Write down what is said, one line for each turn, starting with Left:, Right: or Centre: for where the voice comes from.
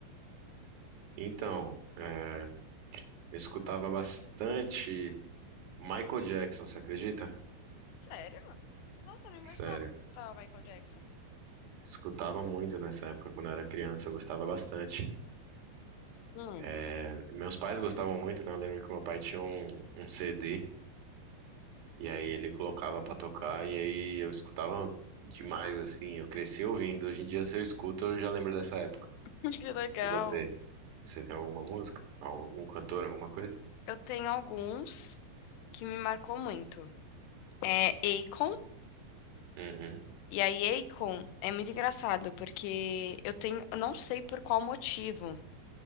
Right: Então, eh, Eu escutava bastante Michael Jackson, você acredita?
Left: Sério? Nossa, eu não imaginava
Right: Sério.
Left: que você escutava Michael Jackson.
Right: Escutava muito nessa época, quando eu era criança, eu gostava bastante.
Left: Hum.
Right: É, meus pais gostavam muito, né? Eu lembro que meu pai tinha um, um CD, e aí ele colocava pra tocar, e aí eu escutava demais, assim. Eu cresci ouvindo. Hoje em dia, se eu escuto, eu já lembro dessa época.
Left: <laughs> Que legal.
Right: E você? Você tem alguma música? Algum cantor, alguma coisa?
Left: Eu tenho alguns que me marcou muito. É Akon.
Right: Uhum,
Left: E aí, Akon é muito engraçado, porque eu tenho, eu não sei por qual motivo.